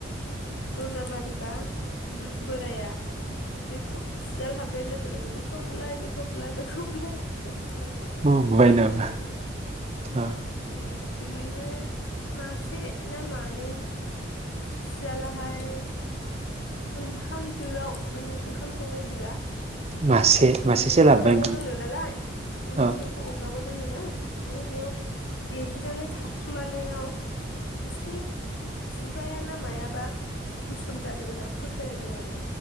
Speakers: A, on the left; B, on the right.
A: दर्जा मारिबा बु बोराया बेखौ सियाल हाबनाय लोगो लोगो बेखौ बुलाय बेखौ बुलाय बेखौ बुलाय बेखौ बुंलाय खालामबाय
B: बुंबाय नामा
A: नुबाय जाहैदों।
B: अ
A: उम बेनिनो मासे ना मानै सियालाहाय ओंखाम दोआव माने ओंखाम संनाय दोआ
B: मासे
A: बिनि
B: मासेसो लाबोबाय
A: अगदाबाव दोनो नालाय ओंखाम
B: औ
A: दोखौ अगदाबाव होनोना ओमफाय बेयाव एब्रेनानै थाखुमानायाव बिसिनि खुगाया ना मायाबा गोसोम जादों होनना फोथायनाय दं आरो